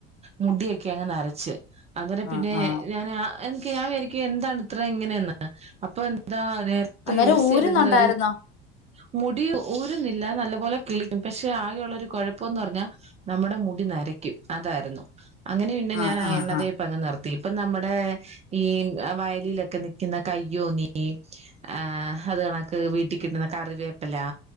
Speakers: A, on the right; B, on the left.
A: മുടിയക്കേയങ്ങ് നരച്ച് അങ്ങനെ പിന്നെ
B: ആ ആ
A: ഞാനാ എ <unintelligible> ഞാൻ വിരായിക്കും എന്താണ് ഇത്ര ഇങ്ങനെയെന്ന് അപ്പൊ എന്താ നേര ത്തെ
B: അന്നേരം
A: യൂസെയ്തിരുന്നവരും
B: ഊരുന്നുണ്ടായിരുന്നോ
A: മുടി ഊരുന്നില്ല നല്ല പോലെ കിളിക്കും പക്ഷേ ആകെയുള്ളൊര് കൊഴപ്പന്ന് പറ്ഞ്ഞാ നമ്മടെ മുടി നരയ്ക്കും അതാരുന്നു അങ്ങനെ പിന്നെ
B: ആ
A: ഞാനാ
B: ആ
A: എണ്ണ
B: ആ
A: തേ പ്പങ്ങ് നിർത്തി ഇപ്പം നമ്മടെ ഈ ആഹ് വയലിലൊക്കെ നിക്ക്യുന്ന കയ്യോന്നി ആഹ് അത് കണക്ക് വീട്ടി കിട്ട്ന്ന കറുവേപ്പിലാ